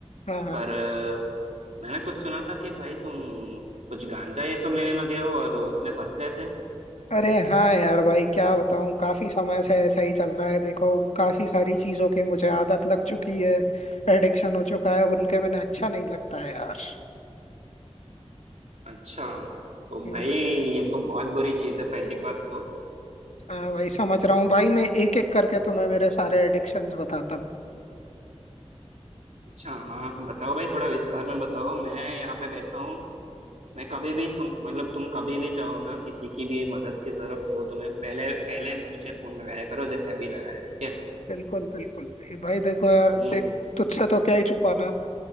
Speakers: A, on the left; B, on the right.
A: हाँ हाँ
B: पर अ, मैंने कुछ सुना था कि भाई तुम कुछ गांजा ये सब लेने लगे हो और उसमें फंस गए थे
A: अरे हाँ यार भाई क्या बताऊं काफी समय से ऐसा ही चल रहा है देखो काफी सारी चीजों की मुझे आदत लग चुकी है एडिक्शन हो चुका है अब उनके बिना अच्छा नहीं लगता है यार
B: अच्छा तो
A: हम्म,
B: भाई ये तो बहुत बुरी चीज़ है पहली बात तो
A: हाँ भाई समझ रहा हूँ भाई मैं एक एक करके तुम्हें मेरे सारे एडिक्शंस बताता हूँ
B: अच्छा हाँ बताओ भाई थोड़ा विस्तार में बताओ मैं यहाँ पे बैठा हूँ मैं कभी भी तुम मतलब तुम कभी भी चाहो ना किसी की भी मदद की जरूरत हो तो मैं पहले पहले मुझे फोन लगाया करो जैसे अभी लगाया ठीक है
A: बिल्कुल बिल्कुल भाई भाई देखो यार
B: हम्म
A: देख तुझसे तो क्या ही छुपाना